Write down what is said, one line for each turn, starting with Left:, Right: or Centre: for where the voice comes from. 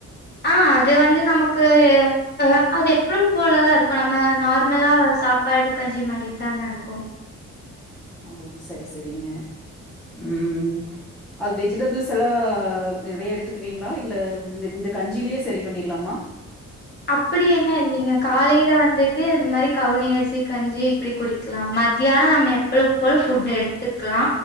Left: ஆ அது வந்து நமக்கு அ அது எப்யுபோலதா இருக்கு நம்ம நார்மலா சாப்பாடு கஞ்சி மாரி தாங்க இருக்கு
Centre: உ செரி செரிங்க ம் அது வெஜிடபிள்ஸ் எல்லா நறைய எடுத்துக்குவீங்ளா இல்ல இந்த இந்த கஞ்சிலே செரி பண்ணிட்லாமா
Left: அப்படியெல்லா இல்லைங்க காலைல வந்துட்டு இது மாரி கவுனி அரிசி கஞ்சி இப்டி குடிக்லா மத்தியானோ நம்ம எப்பவ் போல ஃபுட் எடுத்துக்லா